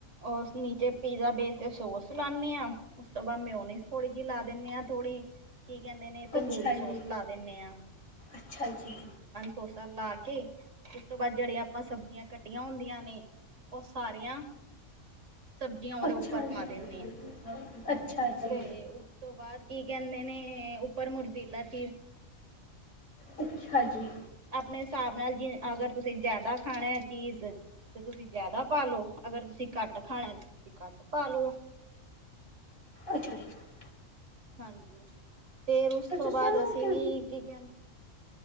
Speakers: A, on the right (about 60°); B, on the left (about 85°).
A: ਉਸ ਨੀਚੇ ਪੀਜ਼ਾ ਬੇਸ ਤੇ ਸੋਸ ਲਾਦੇ ਹਾਂ ਤੋਂ ਮੈਂਉਨਿਸ ਥੋੜ੍ਹੀ ਜੀ ਲਾ ਦਿੰਦੇ ਹਾਂ ਥੋੜੀ ਕੀ ਕਹਿੰਦੇ ਨੇ ਤੰਦੂਰੀ
B: ਅੱਛਾ
A: ਸੋਸ
B: ਜੀ
A: ਲਾ ਦਿੰਦੇ ਆ।
B: ਅੱਛਾ ਜੀ।
A: ਸੋਸਾ ਲਾ ਕੇ ਉਸ ਤੋਂ ਬਾਅਦ ਜਿਹੜੀਆਂ ਆਪਾਂ ਸਬਜ਼ੀਆਂ ਕੱਟੀਆਂ ਹੁੰਦੀਆਂ ਨੇ ਉਹ ਸਾਰੀਆਂ ਸਬਜ਼ੀਆਂ ਉਹਦੇ
B: ਅੱਛਾ,
A: ਉੱਪਰ
B: ਅੱਛਾ।
A: ਪਾ ਦਿੰਨੇ ਆ
B: ਅੱਛਾ ਜੀ।
A: ਤੇ ਉਸ ਤੋਂ ਬਾਅਦ ਕੀ ਕਹਿੰਦੇ ਨੇ ਉੱਪਰ ਮੁਰਜੀਲਾ ਚ
B: ਅੱਛਾ ਜੀ।
A: ਆਪਣੇ ਹਿਸਾਬ ਨਾਲ ਜਿ, ਅਗਰ ਤੁਸੀਂ ਜਿਆਦਾ ਖਾਣਾ ਹੈ ਚੀਜ਼ ਤੇ ਤੁਸੀਂ ਜਿਆਦਾ ਪਾ ਲਓ ਅਗਰ ਤੁਸੀਂ ਘੱਟ ਖਾਣਾ ਤੁਸੀਂ ਘੱਟ ਪਾ ਲਓ
B: ਅੱਛਾ ਠੀਕ ਹੈ।
A: ਹਾਂਜੀ, ਫੇਰ ਉਸ
B: ਫਿਰ
A: ਤੋਂ
B: ਤੁਸੀਂ
A: ਬਾਅਦ
B: ਉਹਨੂੰ
A: ਅਸੀਂ
B: ਕਿ
A: ਵੀ ਕੀ ਕਹਿ